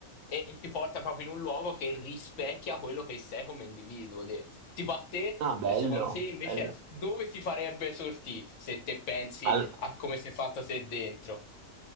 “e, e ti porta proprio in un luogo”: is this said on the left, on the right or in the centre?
Left